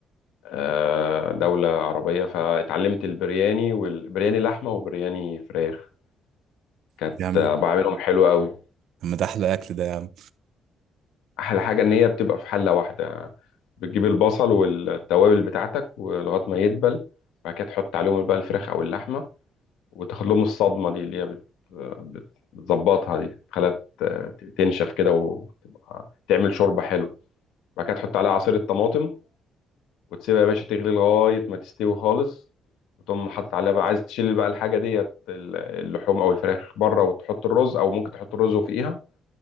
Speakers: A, on the left; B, on the right.
A: آه، دولة عربية فاتعلمت البرياني والبرياني لحمة وبرياني فراخ كانت
B: طب يا عم
A: آه، بعملهم حلو قوي
B: طب ما ده أحلى أكل ده يا عم
A: أحلى حاجة إن هي بتبقى في حلة واحدة بتجيب البصل والتوابل بتاعتك ولغاية ما يدبل وبعد كده تحط عليهم بقى الفراخ أو اللحمة وتاخد لهم الصدمة دي اللي هي بت- بت- بتظبطها دي تخليها ت- تنشف كده وتبقى تعمل شوربة حلو وبعد كده تحط عليها عصير الطماطم وتسيبها يا باشا تغلي لغاية ما تستوي خالص وتقوم حاطط عليها بقى عايز تشيل بقى الحاجة ديت ال- اللحوم أو الفراخ بره وتحط الرز أو ممكن تحط الرز وفوقيها